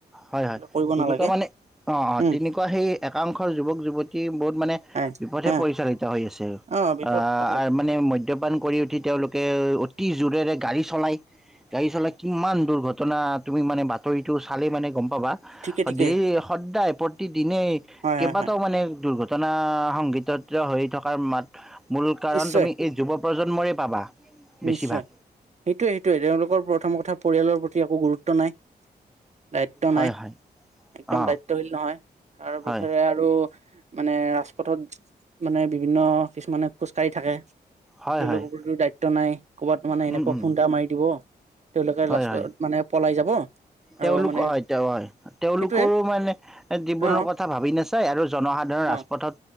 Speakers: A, in the centre; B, on the right (about 40°).
A: হয় হয়।
B: কৰিব
A: তেনেকুৱা
B: নালাগে
A: মানে অঁ অঁ
B: উম
A: তেনেকুৱা সেই একাংশ যুৱক যুৱতী বহুত মানে
B: হয়
A: বিপথে
B: হা
A: পৰিচালিত হৈ আছে।
B: অ বিপদ
A: আহ
B: তাকে
A: মানে মদ্যপান কৰি উঠি তেওঁলোকে অতি জোৰেৰে গাড়ী চলায়। গাড়ী চলায় কিমান দুৰ্ঘটনা তুমি মানে বাতৰিটো চালে মানে গ'ম পাবা।
B: ঠিকে
A: অ'
B: ঠিকে
A: ডেইলী সদায়, প্ৰতিদিনেই
B: হয়
A: কেইবাটাও
B: হয় হয়
A: মানে দুৰ্ঘট টনা সংঘিটিত হৈ থকাৰ মাত মূল কাৰণ
B: নিশ্চয়
A: তুমি এই যুৱ প্ৰজন্মৰেই পাবা। বেছিভাগ
B: নিশ্চয় সেইটোৱে সেইটোয়েই তেওঁলোকৰ প্ৰথম কথা পৰিয়ালৰ প্ৰতি একো গুৰুত্ব নাই। দায়িত্ব
A: হয়
B: নাই,
A: হয়
B: একদম
A: অ
B: দায়িত্বশীল নহয়। তাৰপথৰে
A: হয়
B: আৰু মানে ৰাজপথত মানে বিভিন্ন কিছুমানে খোজ কাঢ়ি থাকে।
A: হয়
B: তেওঁলোকৰতো
A: হয়
B: দায়িত্ব নাই, ক'বাত মানে এনেকুৱা
A: উম উম
B: খুন্দা মাৰি দিব, তেওঁলোকে
A: হয়
B: লাষ্টত
A: হয়
B: মানে পলাই যাব আৰু
A: তেওঁলোক
B: মানে
A: হয় তেওঁ হয় তেওঁলোকৰো
B: সেইটোৱে
A: মানে জীৱনৰ
B: অ
A: কথা ভাবি নাচায়, আৰু জনসাধাৰণ
B: অ
A: ৰাজপথত